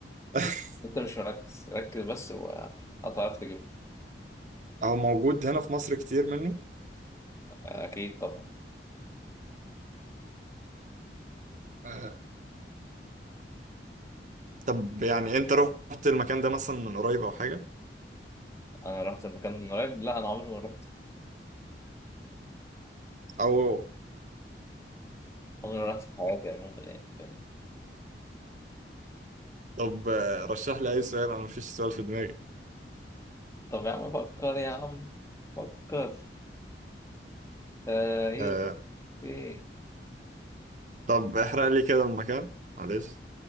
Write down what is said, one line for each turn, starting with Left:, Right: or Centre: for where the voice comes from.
Right: <laughs>
Left: انت مش مركز ركز بس وهتعرف تجيب
Right: هو موجود هنا في مصر كتير منه
Left: اكيد طبعا
Right: آه، طب يعني انت رحت المكان ده مثلا من قريب او حاجه
Left: انا رحت المكان من قريب لا انا عمري ما رحت
Right: او
Left: عمري ما رحت في حياتي عموما يعني فاهمني
Right: طب آه، رشح لي اي سؤال انا مفيش سؤال في دماغي
Left: طب يا عم فكر يا عم فكر آه ايه
Right: آه،
Left: ايه
Right: طب احرق لي كده المكان معلش